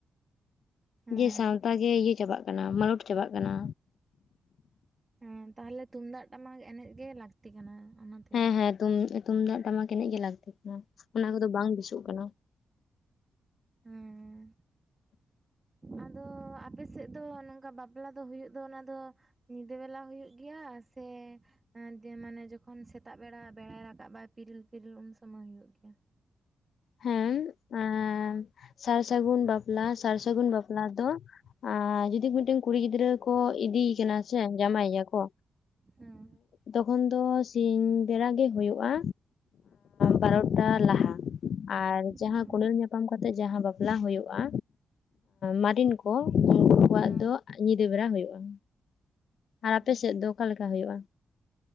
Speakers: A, on the right; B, on the left.
A: ᱦᱮᱸ
B: ᱡᱮ ᱥᱟᱶᱛᱟ ᱜᱮ ᱤᱭᱟᱹ ᱪᱟᱵᱟᱜ ᱠᱟᱱᱟ ᱢᱟᱞᱚᱴ ᱪᱟᱵᱟᱜ ᱠᱟᱱᱟ
A: ᱦᱮᱸ ᱛᱟᱦᱚᱞᱮ ᱛᱩᱢᱫᱟᱜ ᱴᱟᱢᱟᱠ ᱮᱱᱮᱡ ᱜᱮ ᱞᱟᱹᱠᱛᱤ ᱠᱟᱱᱟ ᱚᱱᱟᱛᱮᱜᱮ
B: ᱦᱮᱸ ᱦᱮᱸ ᱛᱩᱢᱫᱟᱜ ᱴᱟᱢᱟᱠ ᱮᱱᱮᱡ ᱜᱮ ᱞᱟᱹᱠᱛᱤ ᱠᱟᱱᱟ ᱚᱱᱟ ᱠᱚᱫᱚ ᱵᱟᱝ ᱵᱩᱮᱥᱚᱜ ᱠᱟᱱᱟ᱾
A: ᱦᱮᱸ
B: <inaudible>
A: ᱟᱫᱚ ᱟᱯᱮ ᱥᱮᱫ ᱫᱚ ᱱᱚᱝᱠᱟ ᱵᱟᱯᱞᱟ ᱫᱚ ᱦᱩᱭᱩᱜ ᱫᱚ ᱚᱱᱟ ᱫᱚ ᱧᱤᱫᱟᱹ ᱵᱮᱞᱟ ᱦᱩᱭᱩᱜ ᱜᱮᱭᱟ ᱥᱮ ᱮ ᱢᱟᱱᱮ ᱡᱚᱠᱷᱚᱱ ᱥᱮᱛᱟᱜ ᱵᱮᱲᱟ ᱵᱮᱲᱟᱭ ᱨᱟᱠᱟᱵᱟᱭ ᱯᱤᱨᱤᱞ ᱯᱤᱨᱤᱞ ᱩᱱ ᱥᱚᱢᱚᱭ ᱦᱩᱭᱩᱜ ᱜᱮᱭᱟ
B: ᱦᱮᱸ ᱮᱸ ᱥᱟᱨ ᱥᱟᱹᱜᱩᱱ ᱵᱟᱯᱞᱟ ᱥᱟᱨ ᱥᱟᱹᱜᱩᱱ ᱵᱟᱯᱞᱟ ᱫᱚ ᱟ ᱡᱩᱫᱤ <inaudible> ᱢᱤᱫᱴᱮᱱ ᱢᱤᱫ ᱴᱮᱱ ᱠᱩᱲᱤ ᱜᱤᱫᱽᱨᱟᱹ ᱠᱚ ᱤᱫᱤᱭᱮ ᱠᱟᱱᱟ ᱥᱮ ᱡᱟᱶᱟᱭᱮᱭᱟ ᱠᱚ
A: ᱦᱮᱸ
B: ᱛᱚᱠᱷᱚᱱ ᱫᱚ ᱥᱤᱧ ᱵᱮᱲᱟ ᱜᱮ ᱦᱩᱭᱩᱜᱼᱟ ᱵᱟᱨᱚᱴᱟ ᱞᱟᱦᱟ ᱟᱨ ᱡᱟᱦᱟᱸ
A: ᱦᱮᱸ
B: ᱠᱚᱸᱰᱮᱞ ᱧᱟᱯᱟᱢ ᱠᱟᱛᱮᱜ ᱡᱟᱦᱟᱸ ᱵᱟᱯᱞᱟ ᱦᱩᱭᱩᱜᱼᱟ ᱢᱟᱨᱤᱱ ᱠᱚ ᱩᱱᱠᱩ ᱣᱟᱜ
A: ᱦᱮᱸ
B: ᱫᱚ ᱧᱤᱫᱟᱹ ᱵᱮᱨᱟ ᱦᱩᱭᱩᱜᱼᱟ ᱟᱨ
A: ᱦᱮᱸ
B: ᱟᱯᱮᱥᱮᱫ ᱫᱚ ᱚᱠᱟᱞᱮ ᱞᱮᱠᱟ ᱦᱩᱭᱩᱜᱼᱟ